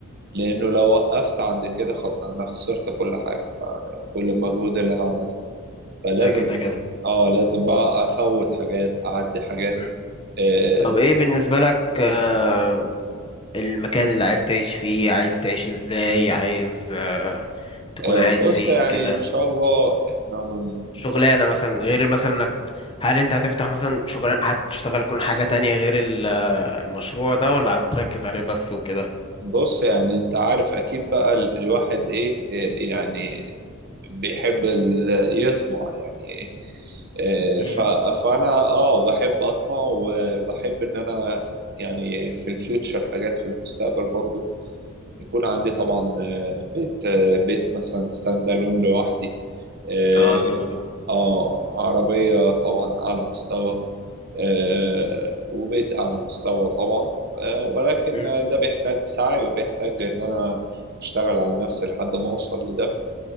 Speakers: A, on the right; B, on the left.
A: لانه لو وقفت عند كده خل- انا خسرت كل حاجة كل المجهود اللي انا عملته فلازم
B: ده كده كده
A: اه لازم بقى افوت حاجات اعدي حاجات
B: مم.
A: آه،
B: طب
A: مثلا
B: ايه بالنسبة لك آه المكان اللي عايز تعيش فيه عايز تعيش ازاي عايز آه تكون
A: آه،
B: قاعد
A: بص
B: فين
A: يعني
B: كده
A: ان شاء الله احنا من
B: شغلانه مثلا غير مثلا انك هل انت هتفتح مثلا شغلانه هتشتغل كل حاجه تانية غير ال- المشروع ده ولا هتركز عليه بس وكده
A: بص يعني انت عارف اكيد بقى ال- الواحد ايه إيه يعني بيحب ال- يطمع يعني ايه إيه،
B: امم
A: ف- فانا اه بحب اطمع وبحب ان انا يعني في الفيوتشر حاجات في المستقبل برضو يكون عندي طبعا آه، بيت آه، بيت مثلا ستاند الون لوحدي اه
B: اه كده كده
A: آه، عربية طبعا اعلى مستوى آه، وبقيت أعلى مستوى طبعا آه، ولكن
B: امم
A: ده بيحتاج سعي وبيحتاج إن أنا أشتغل على نفسي لحد ما أوصل لده